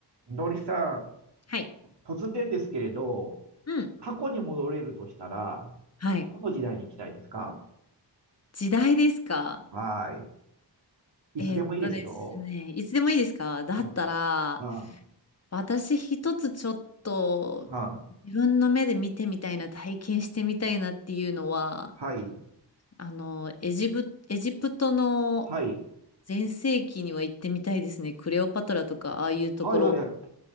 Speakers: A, on the right; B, on the left.
A: のりさん、
B: はい。
A: 突然ですけれど、
B: うん。
A: 過去に戻れるとしたら、
B: はい。
A: どの時代に行きたいですか
B: 時代ですか
A: はーい。いつでもいいですよ。
B: えーっとですね、いつでもいいですかだったら、
A: うん。ああ、
B: 私一つちょっと
A: はあ、
B: 自分の目で見てみたいな、体験してみたいなっていうのは、
A: はい。
B: あの、エジプ、エジプトの
A: はい。
B: 全盛期には行ってみたいですね。クレオパトラとか、ああいうところ。
A: はいはいはい。